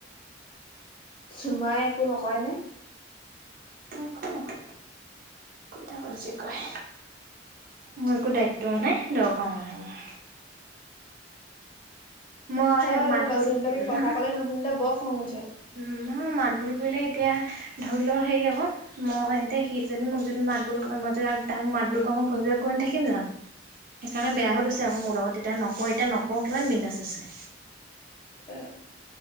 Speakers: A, on the left; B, on the right.
A: চুমাই একো নকয় নে
B: একো নকয় কৰি থাকক যি কয় মোৰ একো দায়িত্বও নাই দৰকাৰো নাই মোৰ। মই
A: হয়
B: মাত
A: অ ল'ৰা
B: বোল
A: ছোৱালী বিলাকে কথা কলে নুশুনিলে বৰ খং উঠে।
B: উম নহয় মাত বোল কৰিলে এতিয়া ধৰি লও হেৰি আকৌ। মই এতিয়া সি যদি মোক যদি মাত বুল কৰে মই টো তাক মাত বুল কৰোঁ পঢ়িবলৈ কৈ নথাকিম জান। সেইকাৰণে বেয়া
A: অ
B: হৈ লৈছে আকৌ মোৰ লগত তেতিয়া নকওঁ এতিয়া নকওঁ কিমান বিন্দাজ আছে।
A: অ